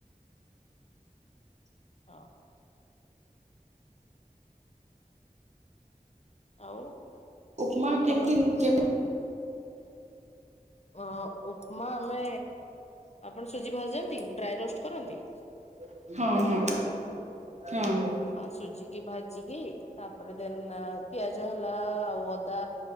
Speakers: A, on the left; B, on the right.
A: ହଁ। ଆଉ
B: ଉପମା
A: ଆପଣଙ୍କର
B: କେମିତି
A: କଣ?
B: କେମ
A: ଅ ଉପମା ଆମେ ଆପଣ ସୁଜି ଭଜିନ୍ତି ଡ୍ରାଏ ରୋଷ୍ଟ କରନ୍ତି?
B: ହଁ- ହଁ- ହଁ।
A: ଆ ସୁଜି କି ଭାଜିକି ତାପରେ ଦେନ ପିଆଜ ହେଲା ଆଉ ଅଦା